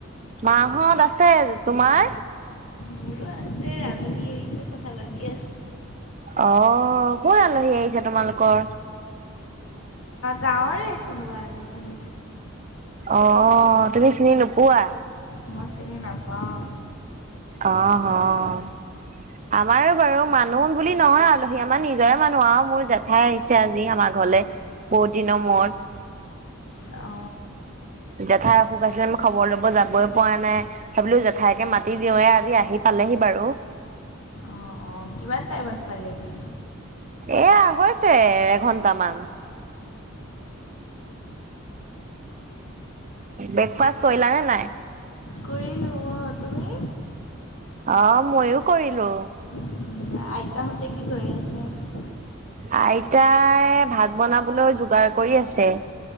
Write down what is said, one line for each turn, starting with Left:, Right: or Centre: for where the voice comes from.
Right: মাহত আছে তোমাৰ
Left: মোৰো আছে আলহী আহিছে কথা পাতি আছে।
Right: অ', কোন আলহী আহিছে তোমালোকৰ?
Left: গাঁৱৰে কোনোবা আলহী।
Right: অ, ' তুমি চিনি নোপোৱা?
Left: মই চিনি নাপাওঁ।
Right: অ আহ্। আমাৰো বাৰু মানুহ বুলি নহয় আলহী আমাৰ নিজৰে মানুহ আৰু মোৰ জেঠাই আহিছে। আজি আমাৰ ঘৰলৈ বহুত দিনৰ মূৰত
Left: অ।
Right: জেঠাই অসুখ আছে মই খবৰ ল'ব যাবই পৰা নাই। সেইবোলো জেঠাইকে মাতি দিওঁৱে আজি আহি পালেহি বাৰু।
Left: অ', অ', কিমান টাইমত পালেহি?
Right: এয়া হৈছে এঘন্টামান। ব্ৰেকফাষ্ট কৰিলানে নাই?
Left: কৰিলোঁ অ' তুমি?
Right: অ মইয়ো কৰিলো।
Left: উম, আইতাহঁতে কি কৰি আছে?
Right: আইতাই ভাত বনাবলৈ যোগাৰ কৰি আছে।